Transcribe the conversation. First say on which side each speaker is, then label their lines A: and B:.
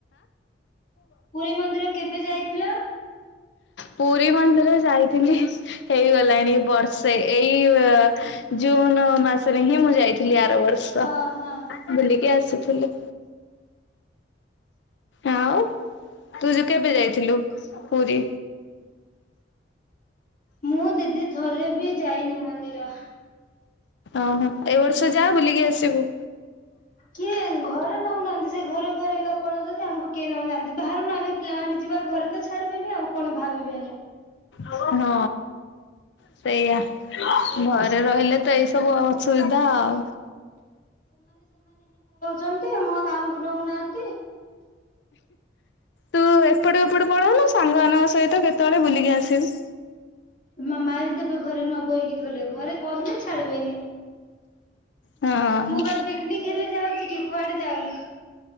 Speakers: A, on the left (about 50°); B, on the left (about 75°).
A: ପୁରୀ ମନ୍ଦିର କେବେ ଯାଇଥିଲ?
B: ପୁରୀ ମନ୍ଦିର ଯାଇଥିଲି ହେଇଗଲାଣି ବର୍ଷେ ଏଇ ଜୁନ୍ ମାସ ହିଁ ମୁଁ ଯାଇଥିଲି ଆ ବ ବର୍ଷ
A: ହଁ ହଁ।
B: ବୁଲିକି ଆସ ଥିଲି। ଆଉ ତୁ ଯ କେବେ ଯାଇଥିଲୁ ପୁରୀ?
A: ମୁଁ ଦିଦି ଥରେ ବି ଯାଇନି ମନ୍ଦିର
B: ଓହୋ ଏଇ ବର୍ଷ ଯା ବୁଲିକି ଆସିବୁ।
A: କିଏ ଘରେ ନଉନାହାନ୍ତି ସେ ଘରେ ଘରେ ହେଇବା ପଳଉଛନ୍ତି ଆମକୁ କିଏ ନେଉନାହାନ୍ତି ବାହାରୁ ନ ଆମେ ପିଲାମାନେ ଯିବା ଘରେ ତ ଛାଡିବନି ଆଉ କଣ ଭାବିବି ହେଲେ
B: ହଁ ସେଇଆ ଘରେ ରହିଲେ ତ ଏଇସବୁ ଅସୁବିଧା ଆଉ
A: ଛନ୍ତି ମୋ ଗାଁ ଗକୁ ନଉନାହାନ୍ତି।
B: ତୁ ଏପଟେ ଏପଟୁ ପଳଉନୁ ସାଙ୍ଗମାନାନଙ୍କ ସହିତ ତ କେତେବେଳେ ବୁଲିକି ଆସିବୁ
A: ମା ମାରିଦେବେ ଘରେ ନକହିକି ଗଲେ। ଘରେ କହିଲେ ଛାଡିବେନି
B: ହଁ
A: ମୁଁ କାଳେ ପିକନିକ ହେଲେ ଯାଉଛି କି କୁଆଡେ ଯାଉନି।